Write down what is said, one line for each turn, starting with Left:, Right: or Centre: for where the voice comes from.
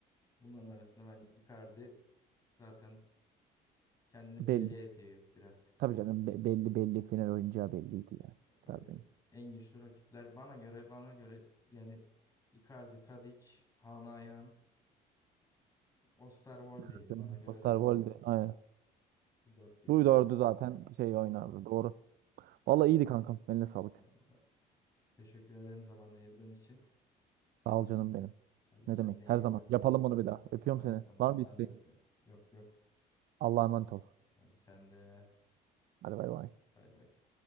Left: Bunların arasında bence Icardi zaten kendini
Right: Belli,
Left: belli ediyor biraz.
Right: tabii canım be- belli belli final oyuncağı belliydi ya.
Left: Öyle
Right: Icardi'nin.
Left: en güçlü rakipler bana göre bana göre yani Icardi, Tadic, Kaan Ayhan Osterwold'deydi.
Right: Zaten
Left: Bana göre
Right: Osterwolde.
Left: de bu,
Right: Aynen.
Left: bu dörtlüydü
Right: bu orada
Left: yani.
Right: zaten şey
Left: Hı hı.
Right: oynardı. Doğru. Vallahi iyiydi kankam. Eline sağlık.
Left: Vallahi. Teşekkür ederim zaman ayırdığın için.
Right: Sağ ol canım benim.
Left: Hadi kendine
Right: Ne demek?
Left: iyi
Right: Her zaman.
Left: bak.
Right: Yapalım bunu bir daha. Öpüyorum
Left: Tamam
Right: seni.
Left: tamam.
Right: Var mı
Left: Ben
Right: isteğin?
Left: de öpüyorum. Yok yok.
Right: Allah'a emanet ol.
Left: Hadi sen de.
Right: Hadi bay bay.
Left: Bay bay.